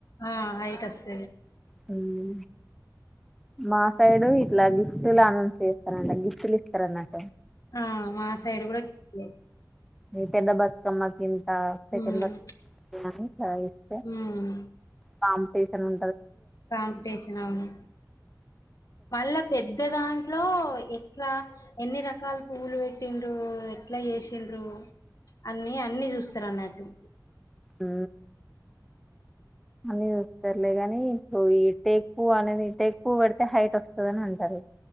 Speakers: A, on the left (about 50°); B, in the centre.
A: ఆ హైట్ వస్త
B: అవు మా సైడు ఇట్లా గిఫ్ట్లు అనౌన్స్ చేస్తనండి గిఫ్ట్లు ఇస్తారు అన్నట్టు
A: ఆ మాసైడు కూడాలే
B: పదా బాత్ కమకి సెకండ్
A: ఉమ్
B: లో బిని ఇస్తే
A: ఉమ్
B: పాం పసని ఉ
A: కాంపిటీషన్ అవును మళ్ళా పెద్ద దాంట్లో ఎ ఎట్లా ఎన్ని రకాల పువ్లు పెట్టిండ్రు ఎట్లా చేసిండ్రు అన్నిీ అన్నిీ చూస్తారు అన్నట్టు
B: ఉ అన్న చూస్తారులే కానీ ఇప్పుడు ఈ టేకు అనేది టెకువ పెడితే హైట్ వస్తుందిని అంటారు